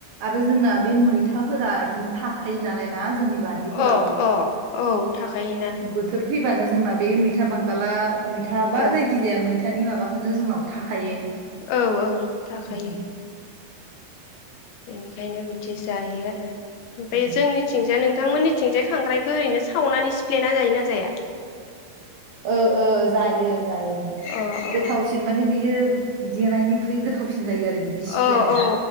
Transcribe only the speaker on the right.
आरो जोंना बे मैथाफोरा इदिनो थाखायो नालाय ना जोंनि बारिफोराव
बोथोर फैबानो जोंना बे मैथा बांगाला थाबा
जायखिजाया मै थानि माबाखौनो जोंनाव थाखायो
उम
ओं
ओ ओ जायो जायो
गोथावसिन
माने बियो देनायनिख्रुइ गोथ सिन जायो आरो बिदि
सिफ्लेनाया